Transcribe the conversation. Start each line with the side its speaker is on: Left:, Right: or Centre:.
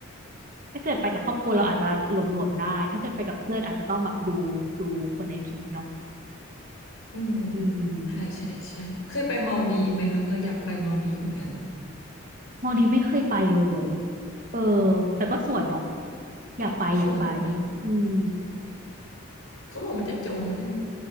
Right: ถ้าเกิดไปกับครอบครัวเราอาจจะหลวมๆได้ถ้าเกิดไปกับเพื่อนอาจจะต้องแบบดูดูคนในทริปเนาะ
Left: ค่ะอืม
Right: อืม
Left: ค่ะใช่ใช่เคยไปเมาดีฟไหมคะเราอยากไปเมาดีฟเหมือนกัน
Right: มอลดีฟไม่เคยไปเลยเออแต่ก็สวยเนาะอยากไปอยากไป
Left: สวยสวย
Right: อืม
Left: เขาบอกมันจะจมใช่ไหม